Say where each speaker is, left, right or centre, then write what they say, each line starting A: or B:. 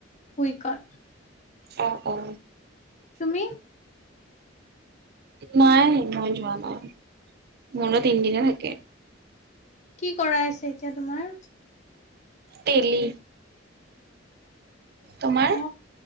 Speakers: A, on the left (about 40°); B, on the right (about 55°).
A: উইকত।
B: অ' অ'।
A: তুমি?
B: নাই, মই যোৱা নাই। মোৰো তিনদিনে থাকে।
A: কি কৰাই আছে, এতিয়া তোমাৰ?
B: তেলি। তোমাৰ?
A: অ